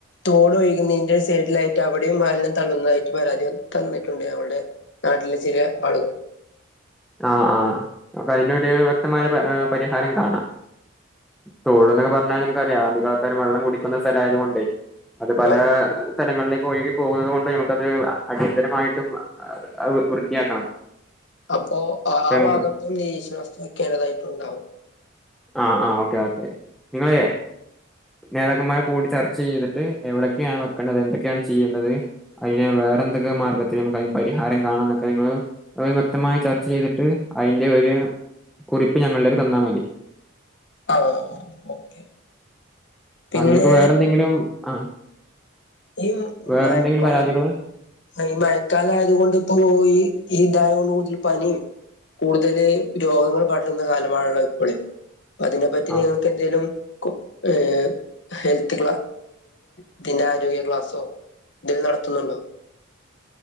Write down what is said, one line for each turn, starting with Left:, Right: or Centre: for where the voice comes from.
Left: തോട് ഒഴികുന്നതിന്റെ സൈഡിലായിട്ട് അവിടെയും മാലിനും തള്ളുന്നതായിട്ട് പരാതി തന്നിട്ടുണ്ട് നമ്മടെ. നാട്ടിലെ ചില ആളുകൾ.
Centre: ആ ആഹ് അപ്പൊ അയിനൊരു വ്യക്തമായ പ ഹ് പരിഹാരം കാണാം. തോട് ന്നൊക്കെ പറഞ്ഞാല് നമക്ക്റിയാം അധികാള്ക്കാരും വെള്ളം കുടിക്കുന്ന സ്ഥല ആയതുകൊണ്ടേ. അത് പല
Left: ആഹ്
Centre: ഹ്.. സ്ഥലങ്ങളിലേക്ക് ഒഴുകി പോകുന്നത് കൊണ്ട് നമുക്കത് അ ഹ് അടിയന്തരമായിട്ടും അ അ ഹ് വ് വൃത്തിയാക്കണം.
Left: അപ്പോ ആ
Centre: അപ്പ നമുക്ക്
Left: ഭാഗത്തും നിരീഷണസ്തു വെക്കേണ്ടതായിട്ടുണ്ടാവും.
Centre: ആ.. ആ.. ഓക്കെ ഓക്കെ നിങ്ങള്. നേതാക്കന്മാര് കൂടി ചർച്ച ചെയ്തിട്ട് എവിടൊക്കേണ് വെക്കേണ്ടത് എന്തൊക്കെയാണ് ചെയ്യേണ്ടത് അയിനെ വെ റന്തൊക്കെ മാർഗ്ഗത്തിൽ നമുക്കയിന് പരിഹാരം കാണാംന്നൊക്കെ നിങ്ങൾ വ്യക്തമായി ചർച്ച ചെയ്തിട്ട് അയിന്റെ ഒര് കുറിപ്പ് ഞങ്ങളിലേക്ക് തന്നാൽ മതി.
Left: ആഹ് ഓക്കെ. പിന്നെ
Centre: ആ നിങ്ങൾക്ക് വേറെ എന്തെങ്കിലും ആ
Left: ഈ
Centre: വേറെന്തെങ്കിലും
Left: മഴക്കാലം
Centre: പരാതികള്
Left: ഈ മഴക്കാലം ആയതുകൊണ്ട് ഇപ്പോ പോയി ഈ ദായം കൊണ്ട് ഊതിൽ പനി കൂടുതല് രോഗങ്ങൾ പടരുന്ന കാലമാണല്ലോ ഇപ്പോള് അതിനെപ്പറ്റി
Centre: ആ
Left: നിങ്ങൾക്ക് എന്തെലും കോ കെ ഹെൽത്ത് <inaudible> ആരോഗ്യ ക്ലാസോ ഇതിൽ നടത്തുന്നുണ്ടോ